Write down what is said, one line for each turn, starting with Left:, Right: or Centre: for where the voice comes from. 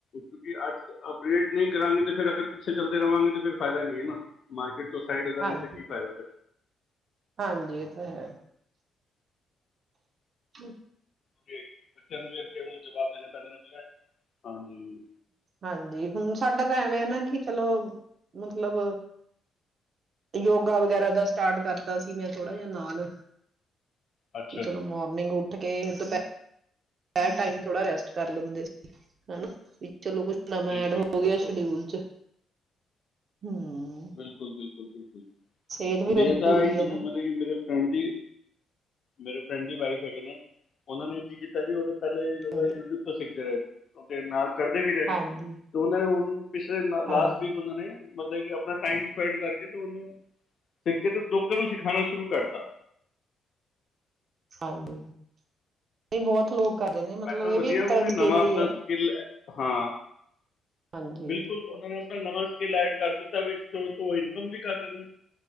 Left: ਕਿਉਂਕਿ ਅਜ ਅਪ ਡੇਟ ਨਹੀਂ ਕਰਾਂਗੇ ਤੇ ਫਿਰ ਅਗਰ ਪਿੱਛੇ ਚਲਦੇ ਰਵਾਂਗੇ ਤਾਂ ਫਿਰ ਫਾਇਦਾ ਨਹੀਂ ਹੈ ਨਾ ਮਾਰਕੀਟ ਤੋਂ ਸਾਈਡ ਹੋ ਜਾਾਂਗੇ
Right: ਹਾਂਜੀ
Left: ਤਾਂ ਕੀ ਫਾਇਦਾ ਫਿਰ
Right: ਹਾਂਜੀ ਇਹ ਤਾਂ ਹੈ ਹਮ
Left: ਕਿਉਕਿ ਬੱਚਿਆਂ ਨੂੰ ਵੀ ਅੱਗੇ ਹੁਣ ਜਵਾਬ ਦੇਣੇ ਪੈਂਦੇ ਨੇ ਬਈ ਐ ਹਾਂਜੀ
Right: ਹਾਂਜੀ ਹੁਣ ਸਾਡਾ ਤਾਂ ਐਵੇ ਹੈ ਨਾ ਕਿ ਚਲੋ ਮਤਲਬ, ਯੋਗਾ ਵਗੈਰਾ ਦਾ ਸਟਾਰਟ ਕਰਤਾ ਸੀ ਮੈਂ ਥੋੜਾ ਜਿਹਾ ਨਾਲ।
Left: ਅੱਛਾ
Right: ਕਿ ਚਲੋ
Left: ਜੀ
Right: ਮੋਰਨਿੰਗ ਉ ਉੱਠ ਕੇ ਦੁਪਹਿਰ ਹੈ ਟਾਈਮ ਥੋੜਾ, ਰੈਸਟ ਕਰ ਲੈਂਦੇ ਸੀ, ਹੈਨਾ। ਚਲੋ ਕੁੱਛ ਨਵਾਂ
Left: ਠੀਕ
Right: ਐਡ ਹੋ
Left: ਹੈ ਠੀਕ
Right: ਗਿਆ, ਸ਼ਡਿਊਲ
Left: ਹੈ
Right: ਚ। ਹਮ
Left: ਬਿਲਕੁਲ-ਬਿਲਕੁਲ-ਬਿਲਕੁਲ
Right: ਸਿਹਤ ਵੀ
Left: ਮੇਰੇ
Right: ਫਿਰ ਜ਼ਰੂਰੀ
Left: ਤਾਂ ਇੱਕ
Right: ਹੈ
Left: ਮਤਲਬ
Right: ਨਾ
Left: ਕਿ ਮੇਰੇ ਫਰੈਂਡ ਦੀ ਮੇਰੇ ਫਰੈਂਡ ਦੀ ਵਾਈਫ ਹੈਗੇ ਨੇ, ਉਹਨਾਂ ਨੇ ਕੀ ਕੀਤਾ ਜੀ ਉਹਦੇ ਪਹਿਲੇ ਯੋਗਾ
Right: ਹਾਂਜੀ
Left: ਯੂਟਿਊਬ ਤੋਂ ਸਿਖਦੇ ਰਹੇ। ਉਹ ਫੇਰ ਨਾਲ ਕਰਦੇ ਵੀ ਰਹੇ,
Right: ਹਾਂਜੀ
Left: ਤੇ ਉਹਨਾਂ ਨੇ ਹੁਣ ਪਿਛਲੇ ਲ ਲਾਸਟ
Right: ਹਾਂਜੀ
Left: ਵੀਕ ਉਹਨਾਂ ਨੇ ਮਲ ਲਈ ਅਪ ਆਪਣਾ ਟਾਈਮ ਸਪੈਂਡ ਕਰਕੇ ਤੇ ਉਹਨੂੰ, ਸਿੱਖ ਕੇ ਤੇ ਲੋਕਾਂ ਨੂੰ ਸਿਖਾਉਣਾ ਸ਼ੁਰੂ ਕਰਤਾ।
Right: ਹਾਂਜੀ, ਨਹੀਂ ਬਹੁਤ ਲੋਕ ਕਰਦੇ ਨੇ ਮਤਲਬ
Left: ਮੈ ਕਿਹਾ
Right: ਇਹ
Left: ਵਧੀਆ
Right: ਵੀ ਇੱਕ
Left: ਉਹਨਾਂ
Right: ਤਰ੍ਹਾਂ
Left: ਨੇ
Right: ਦੀ ਸਕੇਲ
Left: ਨਵਾਂ ਆਪਣਾ
Right: ਹੀ ਹੈ
Left: ਸਕਿੱਲ, ਹਾਂ
Right: ਹਾਂਜੀ
Left: ਬਿਲਕੁਲ, ਉਹਨਾਂ ਨੇ ਆਪਣਾ ਨਵਾਂ ਡੀਲਾਇਟ ਕਰ ਦਿੱਤਾ ਵੀ ਟੋ ਤੂੰ ਇਨਕਮ ਵੀ ਕਰਦੇ ਨੇ।